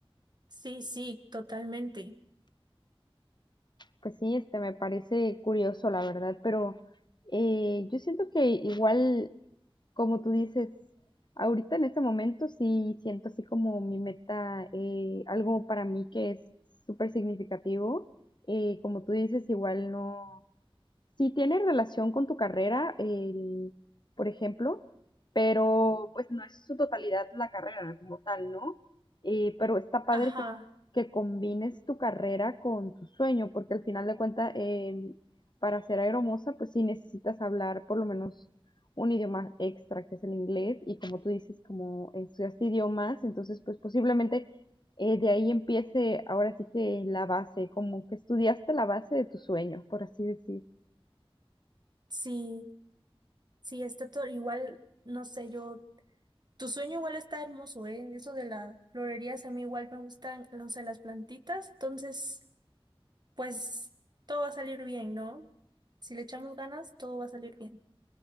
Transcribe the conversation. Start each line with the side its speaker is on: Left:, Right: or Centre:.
Right: Sí, sí, totalmente.
Left: Pues sí, este me parece curioso, la verdad, pero eh, yo siento que igual, como tú dices, ahorita en este momento sí siento así como mi meta, eh, algo para mí que es súper significativo. eh, como tú dices, igual no, Sí tiene relación con tu carrera, el- por ejemplo, pero pues no es su totalidad la carrera como tal, ¿no? Eh, pero está padre
Right: Ajá,
Left: que, que combines tu carrera con tu sueño, porque al final de cuentas, para ser aeromoza, pues sí necesitas hablar por lo menos un idioma extra, que es el inglés, y como tú dices, como estudiaste idiomas, entonces pues posiblemente eh, de ahí empiece ahora sí que la base, como que estudiaste la base de tu sueño, por así decir.
Right: sí, sí, está todo igual, no sé, yo. Tu sueño igual está hermoso, ¿eh? Eso de las florerías a mí igual me gustan, no sé, las plantitas. Entonces, pues todo va a salir bien, ¿no? Si le echamos ganas, todo va a salir bien.